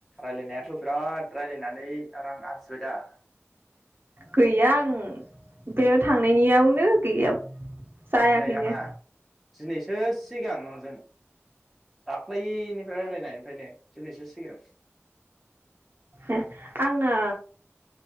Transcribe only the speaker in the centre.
रायलायनायाथ' बिराद रायलायनानै रां आरजिबाय दा
नै आंना दिनैसो सि सिगां नोंजों दाख्लैनिफ्राय रायलायनायनिफ्रायनो दिनैसो सिगां